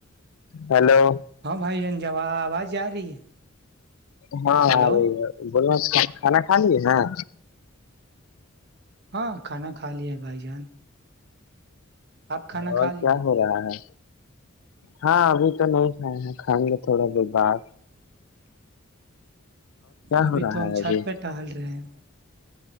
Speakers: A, on the left; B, on the right.
A: ہلو
B: ہاں بھائی جن جواب آاز جا رہی ہے
A: ہاںرے
B: ہلو
A: بولنا کھانا کھا لی ہاں
B: ہاں کھانا کھا لی ہے بھائی جان آپ کھانا
A: اور
B: کھا لیے
A: کیا ہو رہا ہے ہاں ابھی تو نہیں کھائے ہیں کھائیں گے تھوڑا بہت بار
B: ابھی
A: ہو رہا
B: تو ہم
A: ہے
B: چھت
A: ابھی
B: پہ ٹہل رہے ہیں